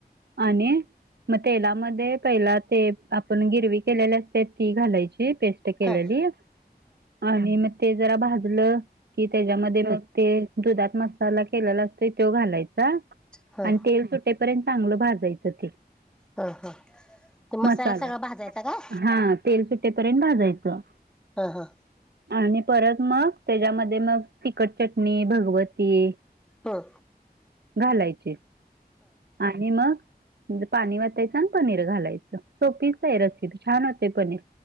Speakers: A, on the right; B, in the centre.
A: आणि मग तेलामध्ये पहिला ते आपण गिरवी केलेले असते ती घालायची. ती पेस्ट केलेली
B: हा ह ह
A: आणि म ते जरा भाजलं की त्याच्यामध्ये मग ते दुधात मसाला केलेला असतोय त्यो घालायचा.
B: ह ह
A: आणि तेल सुटेपर्यंत चांगलं भाजायचं ते.
B: ह ह ते
A: मसाला
B: सगळा भाजायचा काय
A: हा तेल सुटेपर्यंत भाजायचं.
B: हा हा.
A: आणि परत मग त्याच्यामध्ये मग तिखट चटणी, भगवती
B: हं
A: घालायचे आणि मग पाणी वतायचं आणि पनीर घालायचं सोपीच अय रसिपी छान होतय पनीर.